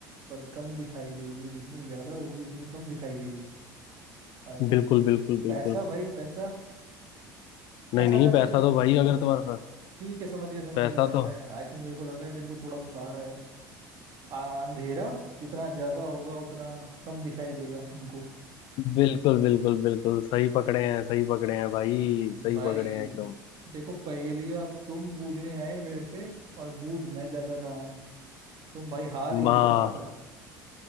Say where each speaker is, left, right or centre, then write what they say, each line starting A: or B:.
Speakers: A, on the right; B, on the left.
A: पर कम दिखाई देगी जितनी ज्यादा होगी उतनी कम दिखाई देगी अ,
B: बिल्कुल बिल्कुल बिल्कुल
A: पैसा भाई पैसा
B: नहीं
A: अच्छा
B: नहीं
A: अच्छा अच्छा
B: पैसा
A: अच्छा अच्छा
B: तो
A: अच्छा
B: भाई अगर तुम्हारे पास
A: ठीक है समझ गया समझ
B: पैसा
A: गया भाई
B: तो
A: मैं आई थिंक मेरे को लग रहा है मेरे को थोड़ा बहुत आ रहा है आ, अंधेरा जितना ज्यादा होगा उतना कम दिखाई देगा हमको
B: बिल्कुल बिल्कुल बिल्कुल सही पकड़े हैं सही पकड़े हैं भाई सही
A: भाई
B: पकड़े हैं एकदम
A: देखो पहेलियां तुम बूझने आए मेरे से और बूझ मैं ज्यादा रहा हूँ तुम भाई हार ही
B: वाह
A: रहे हो अब तक